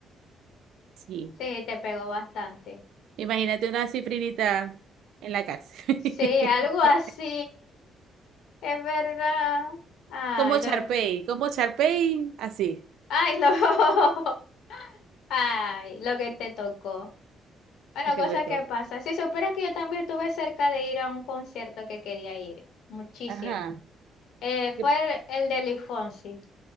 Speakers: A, on the right; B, on the left.
A: Sí.
B: sí, te pegó bastante.
A: Imagínate una cifrinita en la cárcel. <laughs>
B: Sí, algo así. Es verdad. Ay,
A: Como Charpey,
B: lo,
A: como Charpey, así,
B: ay, lo, <laughs> ay, lo que te tocó. Bueno,
A: a que
B: cosas
A: me toco.
B: que pasan. Si supieras que yo también estuve cerca de ir a un concierto que quería ir, muchísimo.
A: Ajá,
B: Eh, fue
A: que-
B: el, el de Luis Fonsi.